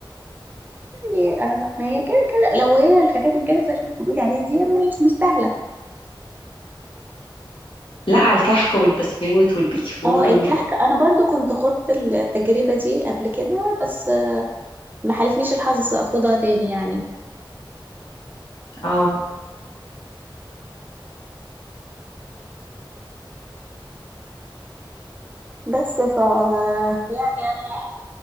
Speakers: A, on the right; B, on the left.
A: يعني آه، ما هي كده كده لو هي الحاجات الجاهزه اللي بتقولي عليها دي ما مش مستاهله
B: لا على الكحك والبسكوت والبيتي فور
A: اه الكحك
B: وال
A: انا برضو كنت خدت التجربه دي قبل كده بس آه، ما حالفنيش الحظ اخدها تاني يعني
B: اه
A: بس ف يعني انا